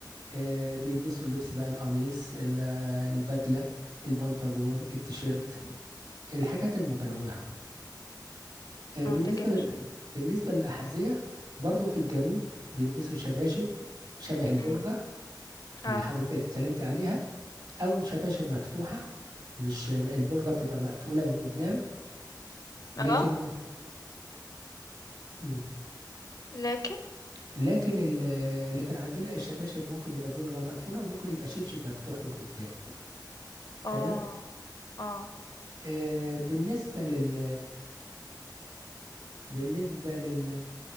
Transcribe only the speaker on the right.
آه، بيلبسوا اللبس بقى القميص ال- آه، البدلة البنطلون التيشيرت الحاجات المتنوعة
آه،
بالنسبة
لل... بالنسبة للأحذية برضو في الجنوب بيلبسوا شباشب شبه البلغة
اللي حضرتك اتكلمت عليها أو شباشب مفتوحة مش البلغة بتبقى مقفولة من قدام لكن
مم.
لكن ال... لكن عندنا الشباشب ممكن يبقى بلغة مقفولة وممكن يبقى شبشب مفتوح من قدام
تمام
آه بالنسبة لل بالنسبة لل